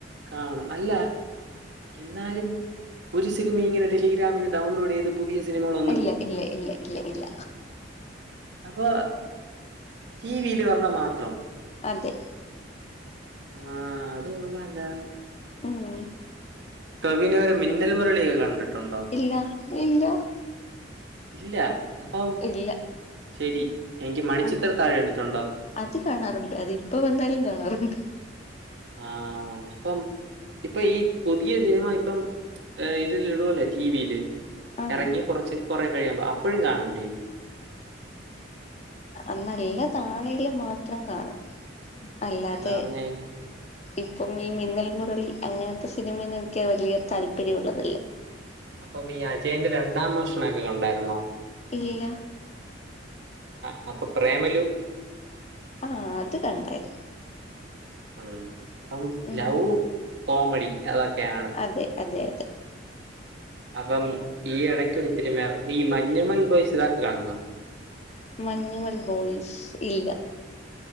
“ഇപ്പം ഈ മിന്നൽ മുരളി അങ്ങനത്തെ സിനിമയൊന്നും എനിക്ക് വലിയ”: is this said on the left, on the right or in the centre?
Left